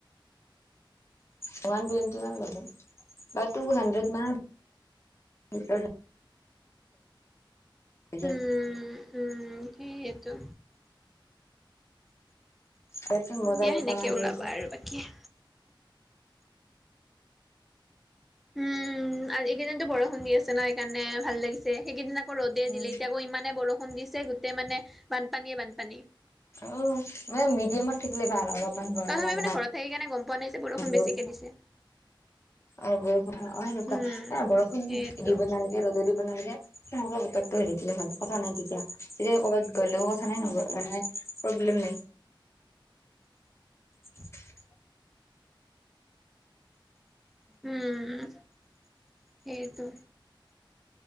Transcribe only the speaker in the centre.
উম, উম কি এইটো
দিয়া
সেনেকে
ওলাবা
আৰু বাকী। উম আজি এইকেইদিনটো বৰষুণ দি আছে না সেইকাৰণে ভাল লাগিছে। সেইকেইদিনা আকৌ ৰ'দে
দিলে এতিয়া আকৌ ইমানে বৰষুণ দিছে গোটেই মানে বানপানীয়ে বানপানী।
আমি
মানে ঘৰত থাকি কেনে গম পোৱা নাই যে বৰষুণ
বেছিকে দিছে
উম
সেইটো
<inaudible> উম সেইটো।